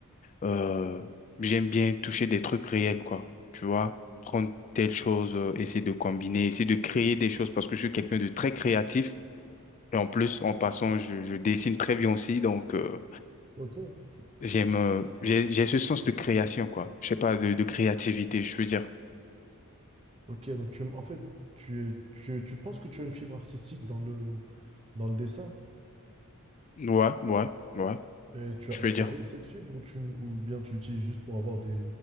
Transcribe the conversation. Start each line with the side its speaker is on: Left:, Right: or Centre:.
Left: Euh, j'aime bien toucher des trucs réels, quoi. Tu vois, prendre telle chose, euh, essayer de combiner, essayer de créer des choses parce que je suis quelqu'un de très créatif. Et en plus, en passant, je, je dessine très bien aussi. Donc, euh,
Right: Ok. C'est
Left: j'aime,
Right: su-
Left: euh, j'ai, j'ai ce sens de création, quoi. Je sais pas, de, de créativité, je peux dire.
Right: Ok, donc tu, aimes- en fait, tu, es- tu, tu penses que tu as une fibre artistique dans le, dans le dessin?
Left: Ouais, ouais, ouais,
Right: Et tu
Left: je
Right: as exploré
Left: peux dire.
Right: cette fibre ou, tu, ou bien tu l'utilises juste pour avoir des,